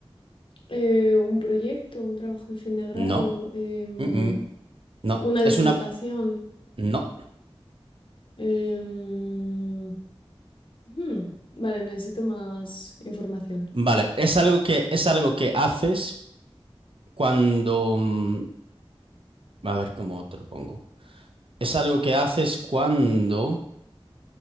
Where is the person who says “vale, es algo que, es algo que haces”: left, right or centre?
Right